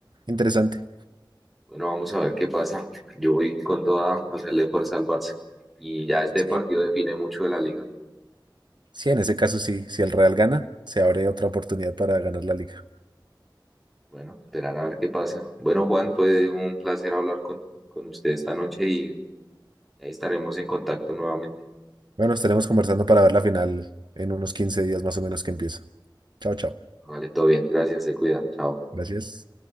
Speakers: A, on the right; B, in the centre.
A: interesante.
B: Bueno, vamos a ver qué pasa. Yo voy con toda a hacerle fuerza al Barça. Y ya este
A: Sí.
B: partido define mucho de la liga.
A: Sí, en ese caso sí. Si el Real gana, se abre otra oportunidad para ganar la liga.
B: Bueno, esperar a ver qué pasa. Bueno, Juan, fue un placer hablar con, con usted esta noche y ahí estaremos en contacto nuevamente.
A: Bueno, estaremos conversando para ver la final en unos 15 días más o menos que empieza. Chao, chao.
B: Vale, todo bien. Gracias, se cuida. Chao.
A: Gracias.